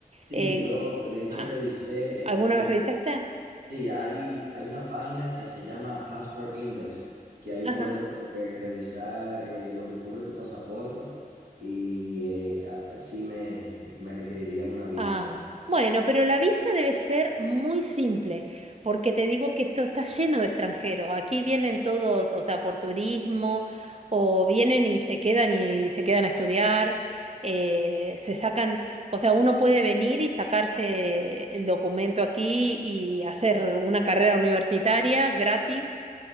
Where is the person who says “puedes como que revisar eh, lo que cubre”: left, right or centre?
Right